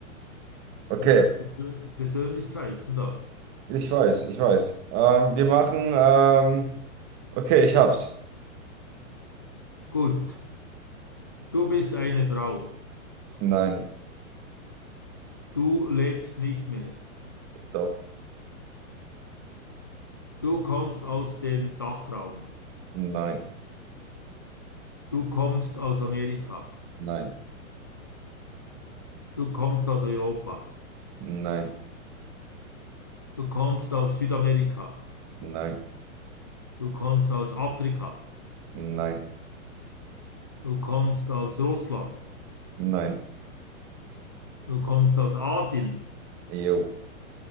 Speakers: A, on the right; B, on the left.
A: okay,
B: äh, Persön Persönlichkeiten da.
A: ich weiß, ich weiß. Ähm, wir machen, ähm, okay, ich hab's.
B: Gut, du bist eine Frau.
A: Nein,
B: Du lebst nicht mehr.
A: doch.
B: Du kommst aus dem Dachraum.
A: Nein,
B: Du kommst aus Amerika.
A: nein,
B: Du kommst aus Europa,
A: nein,
B: du kommst aus Südamerika,
A: nein,
B: du kommst aus Afrika,
A: nein,
B: du kommst aus Russland,
A: nein.
B: du kommst aus Asien.
A: Jo,